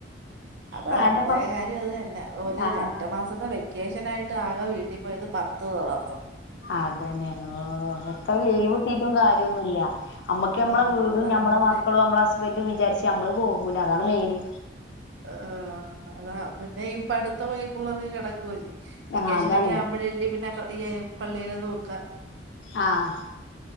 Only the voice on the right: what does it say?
അതാ
നമ്മുടെ കാര്യം അത് തന്നെ,
രണ്ടുമാസത്തെ വെക്കെ വെക്കേഷൻ ആയിട്ട് ആകെ വീട്ടി പോയത് പത്ത് ദിവസം.
ആഹ്
അതാ
നമുക്ക്
ആ, അതാ പിന്നെ ഈ പഠിത്തം ഈ പിള്ളേർക്ക് കിടക്കുവല്ലേ വെക്കേഷൻ
ഒക്കെ ആകുമ്പോഴേല് <unintelligible> പള്ളിലെ ഇതൊക്കെ